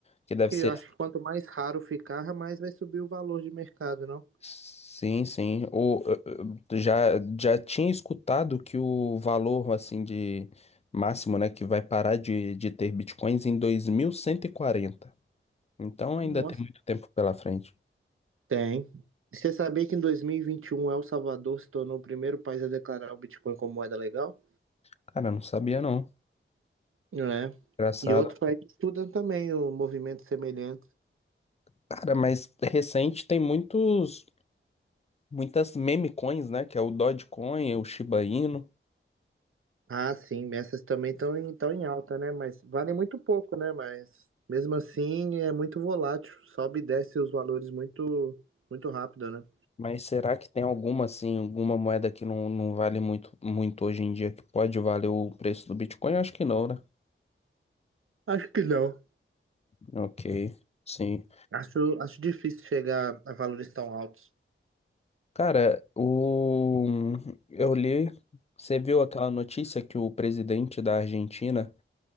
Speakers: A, on the left; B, on the right.
A: que deve
B: E
A: ser.
B: eu acho que quanto mais raro ficar, mais vai subir o valor de mercado, não?
A: Sim, sim. O... eu- eu Já, já tinha escutado que o valor, assim, de máximo, né? Que vai parar de, de ter bitcoins em 2140. Então ainda
B: Nossa.
A: tem muito tempo pela frente.
B: Tem. E Você sabia que em dois mil e e vinte e um El Salvador se tornou o primeiro país a declarar o Bitcoin como moeda legal?
A: Cara, eu não sabia não.
B: É.
A: Engraçado.
B: E outros países estudam também o movimento semelhante.
A: Cara, mas recente tem muitos, muitas meme coins, né? Que é o Dogecoin, o Shiba Inu.
B: Ah, sim, essas também estão em, estão em alta, né? Mas valem muito pouco, né? Mas mesmo assim é muito volátil, sobe e desce os valores muito, muito rápido, né?
A: Mas será que tem alguma assim, alguma moeda que não, não vale muito, muito hoje em dia que pode valer o preço do Bitcoin? Acho que não, né?
B: Acho que não.
A: Ok, sim.
B: Acho, acho difícil chegar a valores tão altos.
A: Cara, o... eu li, você viu aquela notícia que o presidente da Argentina,